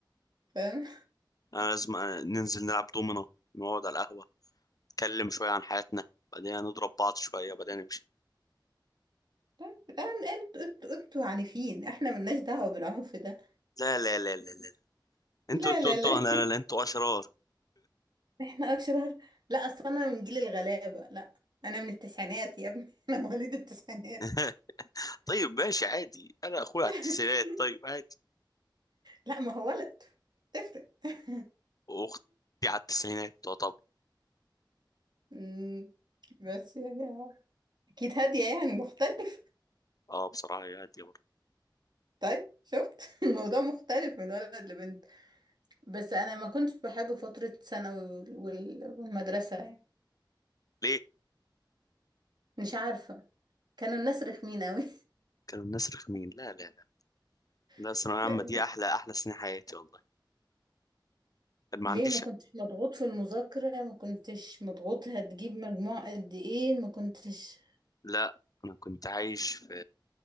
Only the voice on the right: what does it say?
فاهم
طيب، أن- انتوا انتوا انتوا عنيفين احنا ملناش دعوة بالعنف ده
لا
لا
لا
احنا اشرار لا اصل انا من جيل الغلابة لا انا من التسعينات يا ابني <laughs> انا مواليد التسعينات
<laughs>
لا ما هو ولد تفرق <laughs>
أمم، بس يعني آه. اكيد هادية يعني مختلف
طيب شفت <laughs> الموضوع مختلف من ولد لبنت بس انا ما كنتش بحب فترة ثانوي وال- وال- والمدرسة يعني
مش عارفة كانوا الناس رخمين اوي
<laughs>
لا
ليه
ما كنتش مضغوط في المذاكرة ما كنتش مضغوط هتجيب مجموع قد ايه ما كنتش